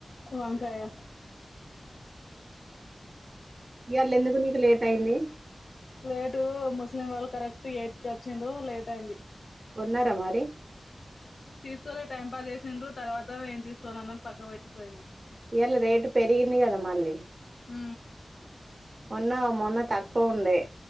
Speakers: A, on the left; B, on the right.
A: వంకాయ
B: ఇ వాళ్ళ ఎందుకు నీకు లేట్ అయింది
A: లేటు ముస్లిం వాళ్ళు కరెక్ట్ ఎయిట్ క వచ్చిరు లేట్ అయింది
B: కొన్నార మరి
A: తీసుకులే టైం పాస్ చేసిండ్రు తర్వాత నేం తీసుకోనిన్నని పక్క పెట్టిపోయింది
B: ఇయ్యాల రేటు పెరిగింది కదా మళ్ళీ
A: హూ
B: మొన్న మొన్న తక్కువ ఉండే